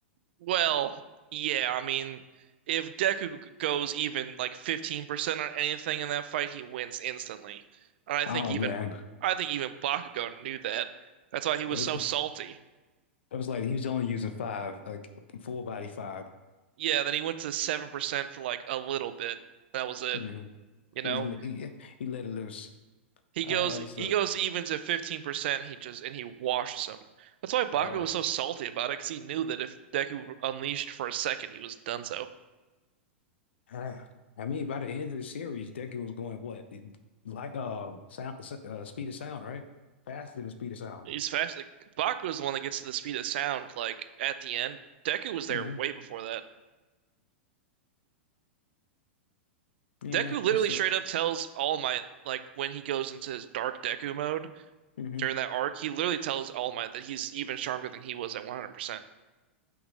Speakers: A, on the right; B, on the left.
A: Well, yeah, I mean, if Deku g- goes even like 15% on anything in that fight, he wins instantly. And I think
B: oh
A: even
B: man,
A: I think even Bakugo knew that. That's why he was
B: it,
A: so salty.
B: it was like he was only using five, like full body 5
A: Yeah, then he went to 7% for like a little bit. That was it,
B: Mm-hmm.
A: you know?
B: He, he he let it loose.
A: He
B: Oh,
A: goes
B: that was
A: he
B: a
A: goes even to 15%, he just and he washes him. That's why Bakugo
B: that was,
A: was so salty about it, because he knew that if Deku unleashed for a second, he was donezo.
B: Uh, I mean, by the end of the series, Deku was going what? Like uh, sound, uh, speed of sound, right? Faster than the speed of sound.
A: He's fast. Like, Baku is the one that gets to the speed of sound, like, at the end. Deku was there
B: hmm
A: way before that.
B: Yeah,
A: Deku literally
B: that's
A: straight
B: it.
A: up tells All Might, like, when he goes into his dark Deku mode
B: hmm
A: during that arc, he literally tells All Might that he's even stronger than he was at 100%.